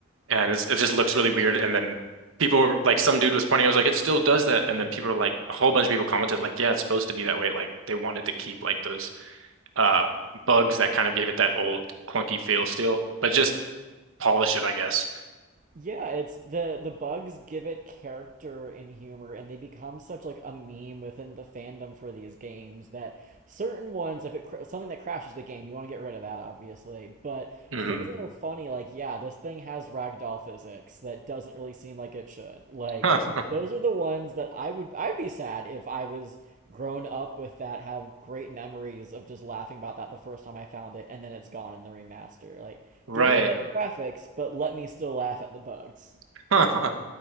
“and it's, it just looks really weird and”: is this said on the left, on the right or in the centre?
Right